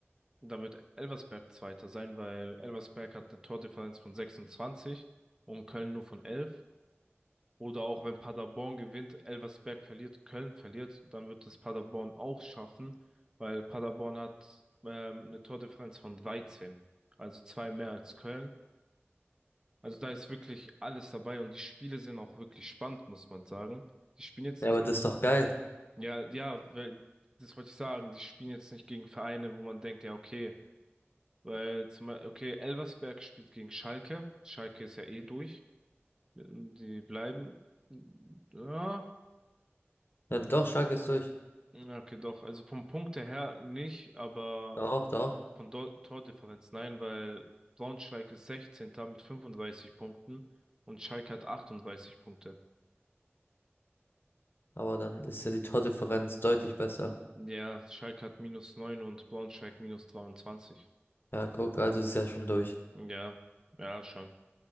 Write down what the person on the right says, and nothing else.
dann wird Elversberg Zweiter sein, weil Elversberg hat eine Tordifferenz von 26 und Köln nur von 11. Oder auch wenn Paderborn gewinnt, Elversberg verliert, Köln verliert, dann wird es Paderborn auch schaffen, weil Paderborn hat ähm, eine Tordifferenz von 13, also zwei mehr als Köln. Also da ist wirklich alles dabei und die Spiele sind auch wirklich spannend, muss man sagen. Die spielen jetzt
nicht,
ja, ja, weil, das wollte ich sagen, die spielen jetzt nicht gegen Vereine, wo man denkt, ja, okay, weil zum Beispiel, okay, Elversberg spielt gegen Schalke, Schalke ist ja eh durch, die bleiben, ja.
Ja, Okay, doch. Also vom Punkt her nicht, aber
von Dor- Tordifferenz nein, weil Braunschweig ist 16. mit 35 Punkten und Schalke hat 38 Punkte.
Ja, Schalke hat minus 9 und Braunschweig minus 23.
Ja, ja, schon.